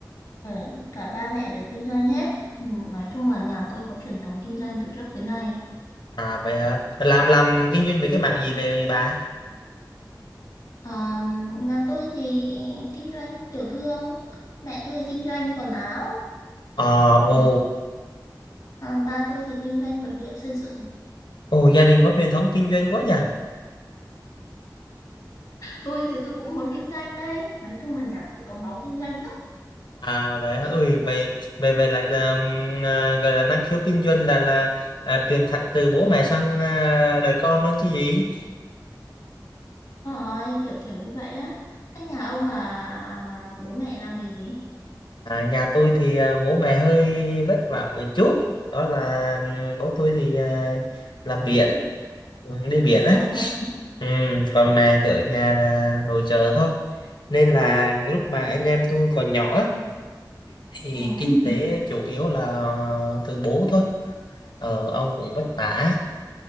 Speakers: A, on the left; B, on the left.
A: ừ, cả ba mẹ đều kinh doanh hết. Ừ, nói chung là nhà tôi có truyền thống kinh doanh từ trước tới nay.
B: À vậy hả? Làm làm kinh doanh về cái mảng gì về, về bà?
A: À, nhà tôi thì kinh doanh tiểu thương. Mẹ tôi kinh doanh quần áo.
B: Ờ
A: Ừ,
B: ồ,
A: còn ba tôi thì kinh doanh vật liệu xây dựng.
B: ồ gia đình có truyền thống kinh doanh quá nhỉ.
A: tôi thì tôi cũng muốn kinh doanh đây nói chung là nhà tôi có máu kinh doanh lắm
B: À vậy hả?
A: thích
B: Ui vậy vậy vậy là um, à, gọi là năng khiếu kinh doanh là là à, truyền thẳng từ bố mẹ sang à, đời con đó chứ gì.
A: rồi kiểu kiểu như vậy á thế nhà ông là bố mẹ làm nghề gì
B: À, nhà tôi thì à, bố mẹ hơi vất vả một chút. Đó là um, bố tôi thì à, làm biển, ừ, đi biển á.
A: ờ,
B: Ừ, còn mẹ thì ở nhà là nội trợ thôi. Nên là lúc mà anh em tôi còn nhỏ á, thì
A: ừ.
B: kinh tế chủ yếu là từ bố thôi ờ, ông cũng vất vả